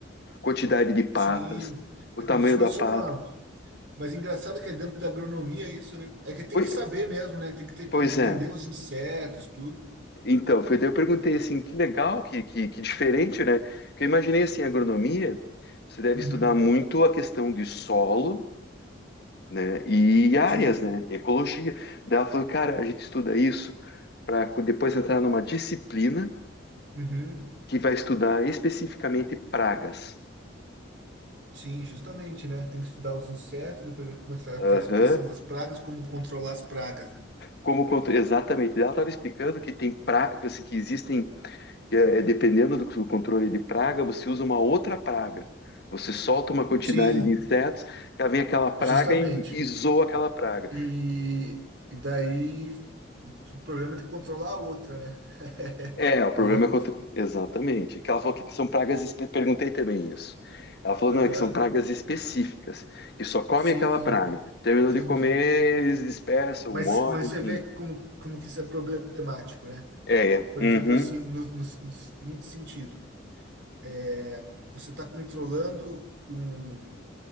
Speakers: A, on the left (about 55°); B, on the right (about 65°).
A: quantidade de patas,
B: Sim.
A: o
B: É
A: tamanho
B: como se fosse
A: da pata.
B: uma. Mas engraçado que é dentro da agronomia isso, né? É que tem
A: Foi-
B: que saber mesmo, né? Tem que ter-
A: Pois
B: entender
A: é.
B: os insetos, tudo.
A: Então, foi daí eu perguntei assim, que legal, que, que, que diferente, né? Porque eu imaginei assim, a agronomia, você deve
B: Uhum.
A: estudar muito a questão de solo né? E áreas,
B: Sim.
A: né? Ecologia. Daí ela falou, cara, a gente estuda isso para depois entrar numa disciplina
B: Uhum.
A: que vai estudar especificamente pragas.
B: Sim, justamente, né? Tem que estudar os insetos, depois vai começar a ter
A: Aham.
B: a questão das pragas, como controlar as pragas, né?
A: Como contro- exatamente, ela estava explicando que tem pragas assim, que existem, que é, dependendo do, do controle de praga, você usa uma outra praga. Você solta uma quantidade
B: Sim,
A: de insetos, ela vem aquela praga
B: justamente.
A: e, e zoa aquela praga.
B: E, e daí o problema é ter que controlar a outra, né? <laughs>
A: É, o problema
B: Eu vou.
A: é contra... Exatamente. Que ela falou que são pragas. espe- Perguntei também isso. Ela falou,
B: Aham.
A: não, é que são pragas específicas, que só comem
B: Sim,
A: aquela praga. Terminou
B: entendi.
A: de comer, eles dispersam,
B: Mas,
A: morrem,
B: mas você
A: enfim.
B: vê como, como que isso é problemático, né?
A: É, é.
B: Por
A: Uhum,
B: exemplo, assim, no, no, no seguinte sentido, é, você está controlando um,